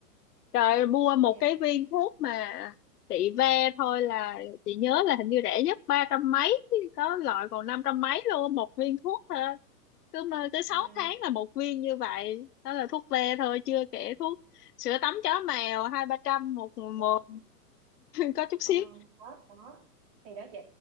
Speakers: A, on the left; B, on the right.
A: trời mua một
B: dạ
A: cái viên thuốc mà chị ve thôi là chị nhớ là hình như rẻ nhất ba trăm mấy có loại còn năm trăm mấy luôn một viên thuốc thôi cứ mơ tới sáu
B: ừ.
A: tháng là một viên như vậy đó là thuốc ve thôi chưa kể thuốc sữa tắm chó mèo hai ba trăm một một
B: <laughs>
A: có chút xíu
B: Ờ, đó, đó. Thì đó chị,